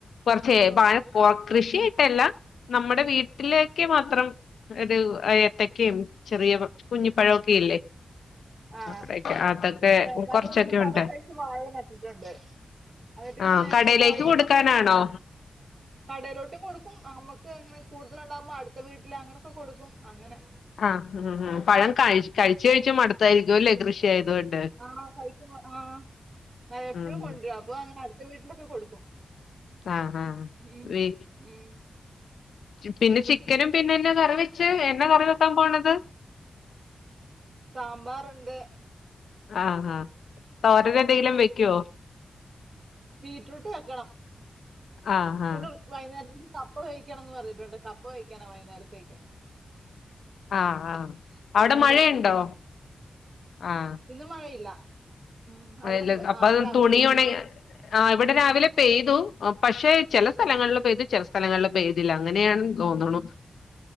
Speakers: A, on the left; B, on the right.
A: കൊർച്ചേ
B: ആഹ്.
A: വാഴ കൃഷിയായിട്ടല്ല നമ്മടെ വീട്ടിലേക്ക്
B: ആഹ്.
A: മാത്രം ഒരു എത്തക്കയും ചെറിയ കുഞ്ഞി പഴവൊക്കെ ഇല്ലേ
B: ആഹ്
A: അവിടെക്കെ അതൊക്കെ
B: ചെറുതായി
A: കുറച്ചൊക്കെ
B: ഞങ്ങള് പല
A: ഉണ്ട്
B: സൈസ് വാഴ നട്ടിട്ടുണ്ട് അന്നട്ടിങ്ങനെ
A: ആഹ്
B: നേന്ത്രക്കായേം
A: കടയിലേക്ക് കൊടുക്കാനാണോ
B: മറ്റെ കടെലോട്ടും കൊടുക്കും നമ്മുക്ക് അങ്ങനെ കൂടുതല് ഉണ്ടാവുമ്പോ അടുത്ത വീട്ടില് അങ്ങനൊക്കെ കൊടുക്കും അങ്ങനെ
A: ആഹ് മ് മ് പഴം കഴി കഴിച്ചു കഴിച്ച് മടത്തായിരിക്കുവല്ലേ കൃഷിയായതുകൊണ്ട്
B: ആഹ് പഴുത്തത് ആഹ് എപ്പോഴും
A: ഉം
B: കൊണ്ടുവും അപ്പൊ അങ്ങനെ അടുത്ത വീട്ടിലൊക്കെ കൊടുക്കും
A: ആഹ് ആഹ്
B: ഉം.
A: വെ
B: ഉം.
A: പിന്നെ ചിക്കനും പിന്നെന്നെ കറി വെച്ചെ എന്നാ കറി വെക്കാൻ പോണത്
B: സാമ്പാറുണ്ട്
A: ആഹ് ആഹ് തോരന് എന്തെങ്കിലും വെക്കുവോ
B: ബീട്രൂട്ട് വെക്കണം
A: ആഹ് ആഹ്
B: ഉം വൈന്നേരത്തേക്ക് കപ്പ വേവിക്കണംന്ന് പറഞ്ഞിട്ടുണ്ട് കപ്പ വേവിക്കാനാ വൈന്നേരത്തേക്ക്
A: ആഹ് ആഹ്
B: ചേട്ടായി
A: അവിടെ മഴയുണ്ടോ
B: വരുമ്പോ
A: ആഹ്
B: ഇന്ന് മഴയില്ല ഉം അവിടെ
A: അല്ല
B: ഉണ്ട് ആ
A: അപ്പൊ
B: അവിടെ
A: അത്
B: രാവിലെ
A: തുണിയൊണങ്ങിയാ
B: പെയ്തു
A: ആഹ് ഇവിടെ രാവിലെ പെയ്തു പക്ഷെ ചില സ്ഥലങ്ങളിലിൽ പെയ്തു ചില സ്ഥലങ്ങളിൽ പെയ്തില്ലഅങ്ങനെയണെന്ന് തോന്നണു